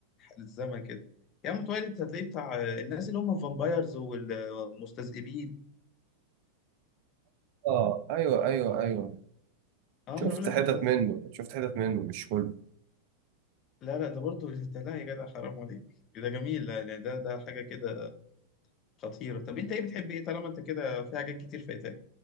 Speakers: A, on the left; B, on the right.
A: للزمن كده يا عم تويلايت هتلاقيه بتاع الناس اللي هم الفامبايرز والمستذئبين
B: اه ايوه ايوه ايوه
A: اه
B: شفت
A: انا بقول لك
B: حتت
A: انت
B: منه شفت حتت منه مش كله
A: لا لا ده برضه انت لا يا جدع حرام عليك ده جميل لا يعني ده ده حاجة كده خطيرة طب انت ايه بتحب ايه طالما انت كده في حاجات كتير فايتاك